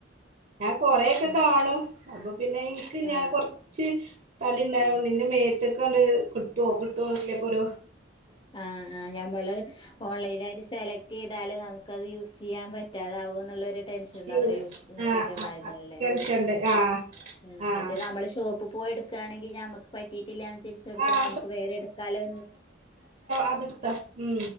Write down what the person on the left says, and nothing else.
ഉം
ആഹ്
ആ ആ ഞമ്മള് ഓൺലൈനായിട്ട് സെലക്ട് റ്റിതാലേ നമുക്കത് യൂസിയ്യാൻ പറ്റാതാവോന്നുള്ളൊരു ടെൻഷൻ
അങ്ങനെ യൂസീത് നോക്കിട്ടുണ്ടാകില്ലല്ലേ.
ആ
മറ്റേ നമ്മള് ഷോപ്പ് പോയിടു ക്കാണെങ്കി ഞമ്മക്ക് പറ്റിയിട്ടില്ലന്ന് തിരിച്ചുെടുത്താൽ
നമുക്ക് വേറെ എടുക്കാലോന്ന്